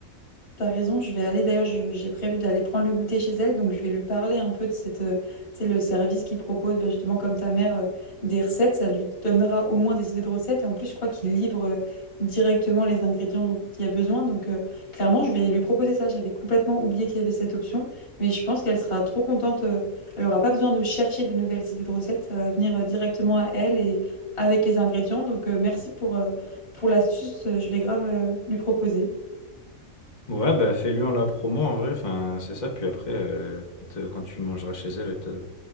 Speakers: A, on the left; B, on the left.
A: T'as raison, je vais aller d'ailleurs, je- j'ai prévu d'aller prendre le goûter chez elle, donc je vais lui parler un peu de cette, euh, tu sais, le service qu'ils propose, bah, justement comme ta mère, euh, des recettes, ça lui donnera au moins des idées de recettes, et en plus je crois qu'il livre euh, directement les ingrédients dont il y a besoin, donc euh, clairement je vais lui proposer ça, j'avais complètement oublié qu'il y avait cette option, mais je pense qu'elle sera trop contente, euh, elle aura pas besoin de chercher des nouvelles idées de recettes, ça va venir euh, directement à elle et avec les ingrédients, donc euh, merci pour, euh, pour l'astuce, euh, je vais grave euh, lui proposer.
B: Ouais, bah fais-lui en la promo en vrai, enfin, c'est ça. Puis après, euh, quand, euh, quand tu mangeras chez elle, elle te-